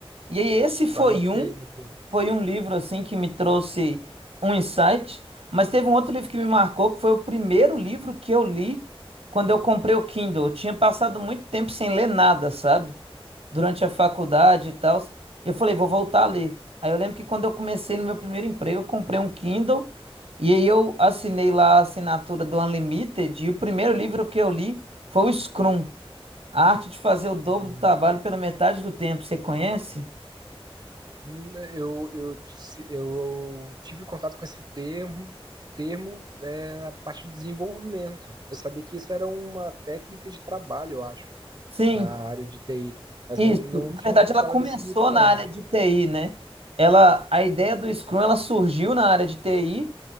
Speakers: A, on the right; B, on the right.
A: E aí, esse foi
B: Anotei,
A: um.
B: anotei.
A: foi um livro assim que me trouxe um insight, mas teve um outro livro que me marcou, que foi o primeiro livro que eu li quando eu comprei o Kindle. Eu tinha passado muito tempo sem ler nada, sabe? Durante a faculdade e tal. Eu falei, vou voltar a ler. Aí eu lembro que quando eu comecei no meu primeiro emprego, eu comprei um Kindle e aí eu assinei lá a assinatura do Unlimited e o primeiro livro que eu li foi o Scrum, A Arte de Fazer o Dobro
B: Hum.
A: do Trabalho pela Metade do Tempo. Você conhece?
B: Hum, Eu, eu, ti- eu tive contato com esse termo, termo é, na parte de desenvolvimento. Eu sabia que isso era uma técnica de trabalho, eu acho,
A: Sim.
B: na área de TI, mas
A: Isso,
B: não, não
A: na
B: tinha
A: verdade
B: ouvido
A: ela
B: falar
A: começou
B: desse livro,
A: na
B: não.
A: área de TI, né? Ela, a ideia do Scrum ela surgiu na área de TI